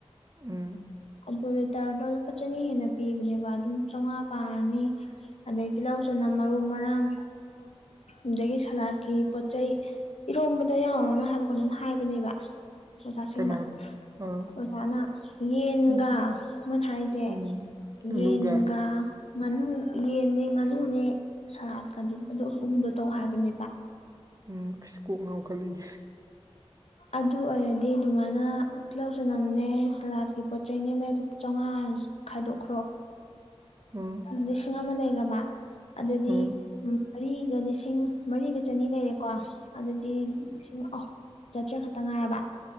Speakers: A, on the right; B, on the left.
A: ꯎꯝ
B: ꯑꯗꯣ ꯂꯤꯇꯔꯗꯣ ꯂꯨꯄꯥ ꯆꯅꯤ ꯍꯦꯟꯅ ꯄꯤꯕꯅꯦꯕ ꯑꯗꯨꯝ ꯆꯧꯉꯥ ꯄꯥꯔꯅꯤ ꯑꯗꯩ ꯇꯤꯜꯍꯧ ꯆꯅꯝ ꯃꯔꯨ ꯃꯔꯥꯡ ꯑꯗꯒꯤ ꯁꯂꯥꯠꯀꯤ ꯄꯣꯠ ꯆꯩꯩ ꯏꯔꯣꯝꯕꯗ ꯌꯥꯎꯔꯣꯅꯨ ꯍꯥꯏꯕ꯭ꯔꯥ ꯀꯩꯅꯣꯝ ꯍꯥꯏꯕꯅꯦꯕ ꯑꯣꯖꯥꯁꯤꯡꯅ
A: ꯀꯅꯥꯅꯣ ꯑꯥ
B: ꯑꯣꯖꯥꯅ ꯏꯟꯒꯥ
A: ꯎꯝ
B: ꯃꯣꯏꯅ ꯍꯥꯏꯖꯦ
A: ꯎꯝ ꯉꯥꯅꯨꯒ
B: ꯌꯦꯟꯒ ꯑꯥ ꯉꯅꯨ ꯌꯦꯟꯅꯦ ꯉꯅꯨꯅꯦ ꯁꯂꯥꯠꯀ ꯑꯗꯨꯝ ꯑꯗꯨ ꯑꯍꯨꯝꯗꯣ ꯇꯧ ꯍꯥꯏꯕꯅꯦꯕ
A: ꯎꯝ ꯑꯁ ꯀꯣꯛ ꯉꯥꯎꯈꯠꯂꯦꯅꯦ <inaudible>
B: ꯑꯗꯨ ꯑꯣꯏꯔꯗꯤ ꯗꯨꯃꯥꯏꯅ ꯇꯤꯂꯧ ꯆꯅꯝꯅꯦ ꯁꯂꯥꯠꯀꯤ ꯄꯣꯠ ꯆꯩꯅꯦ ꯂꯩ ꯂꯨꯞꯄ ꯆꯧꯉꯥ ꯈꯥꯏꯗꯣꯛꯈ꯭ꯔꯣ
A: ꯎꯝ
B: ꯂꯤꯁꯤꯡ ꯑꯃ ꯂꯩꯒꯔꯥꯕ ꯑꯗꯨꯗꯤ
A: ꯎꯝ
B: ꯃꯔꯤꯒ ꯂꯤꯁꯤꯡ ꯁꯤꯡ ꯃꯔꯤꯒ ꯆꯅꯤ ꯂꯩꯔꯦꯀꯣ ꯑꯗꯨꯗꯤ ꯂꯤꯁꯤꯡ ꯑꯍꯨꯝ ꯆꯇ꯭ꯔꯦꯠ ꯈꯠꯇ ꯉꯥꯏꯔꯕ